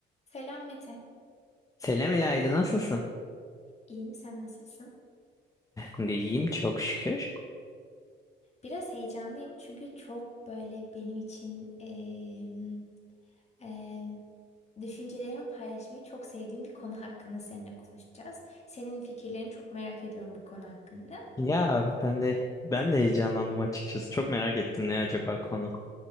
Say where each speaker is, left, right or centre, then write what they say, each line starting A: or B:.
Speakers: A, on the left (about 35°); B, on the left (about 15°).
A: Selam Mete.
B: Selam İlayda nasılsın?
A: İyiyim, sen nasılsın?
B: Ben de iyiyim çok şükür.
A: Biraz heyecanlıyım çünkü çok böyle benim için em, em, düşüncelerimi paylaşmayı çok sevdiğim bir konu hakkında seninle konuşacağız. Senin fikirlerini çok merak ediyorum bu konu hakkında.
B: Ya ben de ben de heyecanlandım açıkçası. Çok merak ettim ne acaba konu.